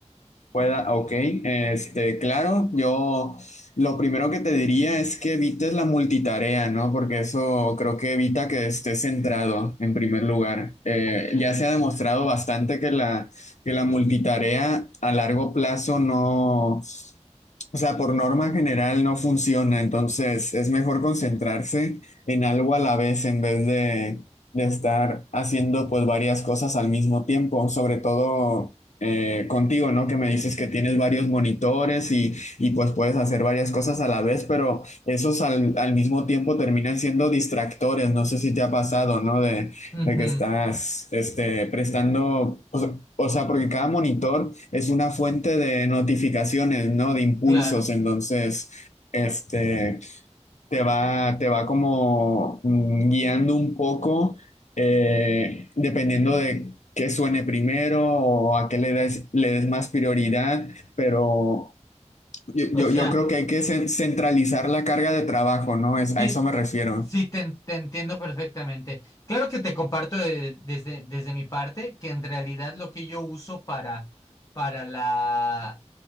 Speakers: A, on the left; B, on the left.
A: Pueda, ok, este, claro, yo lo primero que te diría es que evites la multitarea, ¿no? Porque eso creo que evita que estés centrado en primer lugar. Eh,
B: Ok.
A: ya se ha demostrado bastante que la, que la multitarea a largo plazo no, o sea, por norma general no funciona, entonces es mejor concentrarse en algo a la vez en vez de, de estar haciendo pues varias cosas al mismo tiempo, sobre todo eh, contigo, ¿no? Que me dices que tienes varios monitores y, y pues puedes hacer varias cosas a la vez, pero esos al, al mismo tiempo terminan siendo distractores. No sé si te ha pasado, ¿no? De,
B: Ujú,
A: de que estás, este, prestando, o sea, o sea, porque cada monitor es una fuente de notificaciones, ¿no? De impulsos.
B: claro.
A: Entonces, este, te va, te va como mm, guiando un poco, eh, dependiendo de qué suene primero o a qué le des, le des más prioridad, pero yo,
B: O
A: yo,
B: sea.
A: yo creo que hay que cen- centralizar la carga de trabajo, ¿no? Es,
B: Sí,
A: a eso me refiero.
B: sí, te, en- te entiendo perfectamente. Claro que te comparto de- desde, desde mi parte que en realidad lo que yo uso para, para la,